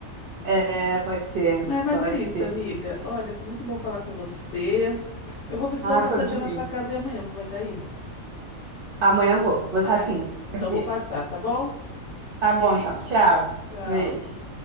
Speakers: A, on the right; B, on the left.
A: É, pode ser,
B: É, mas
A: pode
B: é isso,
A: ser.
B: amiga. Olha, foi muito bom falar com você. Eu vou ver se
A: Ah,
B: dou uma passadinha
A: foi bom mesmo.
B: na sua casa e amanhã você vai estar aí?
A: Amanhã eu vou, vou
B: Ah,
A: estar sim.
B: então
A: Pode ver.
B: vou passar, tá bom?
A: Tá
B: Beijo.
A: bom, então. Tchau.
B: Tchau.
A: Beijo.